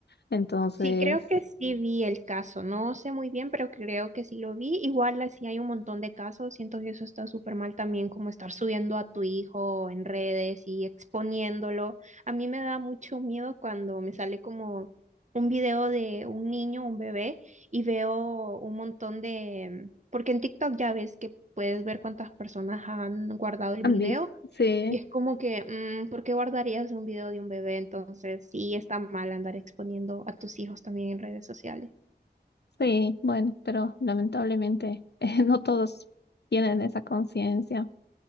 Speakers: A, on the left (about 70°); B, on the right (about 40°).
A: Entonces,
B: Sí, creo que sí vi el caso. No sé muy bien, pero creo que sí lo vi. Igual así hay un montón de casos. Siento que eso está súper mal también, como estar subiendo a tu hijo en redes y exponiéndolo. A mí me da mucho miedo cuando me sale como un video de un niño, un bebé, y veo un montón de... Porque en TikTok ya ves que puedes ver cuántas personas han guardado el video.
A: ambis, sí,
B: Y es como que, mm, ¿por qué guardarías un video de un bebé? Entonces, sí está mal andar exponiendo a tus hijos también en redes sociales.
A: sí, bueno, pero lamentablemente <laughs> eh, no todos tienen esa conciencia.